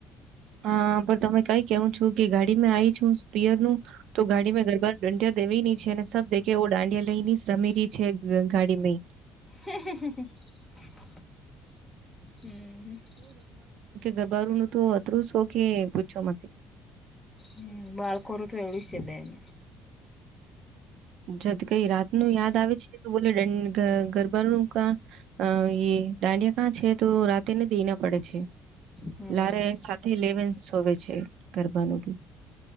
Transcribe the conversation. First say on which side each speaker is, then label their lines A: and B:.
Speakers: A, on the right; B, in the centre.
A: હા પણ તમે કઈ કેવું છો કે ગાડીમાં આવીઈ છું સપીયર નું તો ગાડીમાં ગરબા દાંડિયા દેવી છે. અને સબ દે એવ દાંડિયા લ લઈને રમે ર છે ગાડી મે
B: હ હ હમ હ.
A: ગબારું નું તો અતરું શો કે પૂછો મત.
B: હમ બાળકોરું તો એવડું છે બેન.
A: જત કઈ રાત નુ યાદ આવે છે. એટલે ગ ગરબા નું કા અ એ ડાંડિયા કાં છે તો રાતેને દઈ ના પડે છે.
B: હમ.
A: લારે સાથે લેવે સોવે છે ગરબાનું.